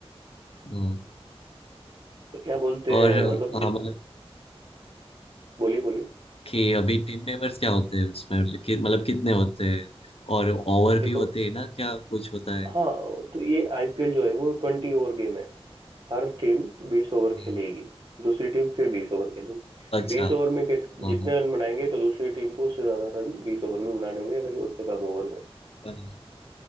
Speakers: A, on the left (about 65°); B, on the right (about 55°).
A: हम्म
B: तो क्या बोलते
A: और
B: हैं
A: आ,
B: मतलब हम्म,
A: मतलब
B: बोलिए बोलिए
A: कि अभी टीम मेंबर्स क्या होते हैं उसमें मतलब कि मतलब कितने होते हैं और ओवर
B: देखो
A: भी होते हैं ना क्या कुछ होता है
B: हाँ तो ये आईपीएल जो है वो ट्वेंटी ओवर गेम है हर टीम बीस ओवर
A: हाँ,
B: खेलेगी दूसरी टीम फिर बीस ओवर खेलेगी
A: अच्छा
B: बीस ओवर में कित-
A: हाँ
B: जितने
A: हाँ
B: रन बनाएंगे तो दूसरी टीम को उससे ज्यादा रन बीस ओवर में बनाने होंगे या फिर उससे कम ओवर में
A: बना-